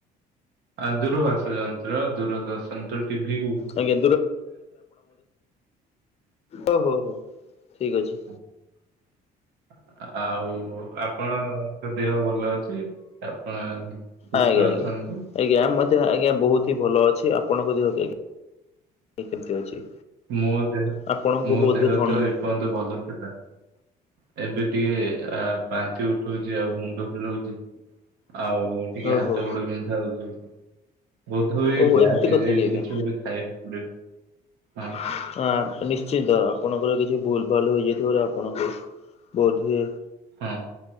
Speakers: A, on the right; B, on the left.
A: ଆ ଦୂରଭାଷାଯନ୍ତ୍ର ଦୂରଦର୍ ଶାନ୍ତ ଟିଭିକୁ
B: ଆଜ୍ଞା ଓ ହୋଃ ହୋଃ, ଠିକ୍ ଅଛି।
A: <unintelligible> ଆଉ ଆପଣଙ୍କ ଦେହ ଭଲ ଅଛି? ଆପଣ ସୁସ୍ଥ
B: ଆଜ୍ଞା,
A: ଅଛନ୍ତି
B: ଆଜ୍ଞା। ଆଜ୍ଞା, ଆମ ଦେହ ଆଜ୍ଞା ବହୁତ ହି ଭଲ ଅଛି ଆପଣଙ୍କ ଦେହ ଆଜ୍ଞା କେ କେମତି ଅଛି?
A: ମୋ ଦେହ
B: ଆପଣଙ୍କୁ
A: ମୋ
B: ବୋଧହୁଏ
A: ଦେହ
B: ଥଣ୍ଡା
A: ତ ଏ ପର୍ଯ୍ୟନ୍ତ ଭଲ ଥିଲା। ଏବେ ଟିକେ ଆ ବାନ୍ତି ଉଠଉଛି ଆଉ ମୁଣ୍ଡ ବୁଲଉଛି। ଆଉ ଟିକେ
B: ଓହୋ।
A: ହାତ ଗୋଡ ବିନ୍ଧା ହଉଛି। ବୋଧ ହୁଏ
B: ଓ
A: ଗ୍ୟାସ୍
B: ଏମିତି
A: ହେଇଯାଇଛି
B: କଥା କି ଆଜ୍ଞା
A: କିଛି ଗୋଟେ ଖାଇବାକୁ ପଡିବ, ହଁ।
B: ହଁ, ଆ ନିଶ୍ଚିନ୍ତ ଆପଣଙ୍କର କିଛି ଭୁଲ ଭାଲ ରହିଯାଇଥିବାରୁ ଆପଣଙ୍କୁ ବୋଧ ହୁଏ
A: ହୁଁ।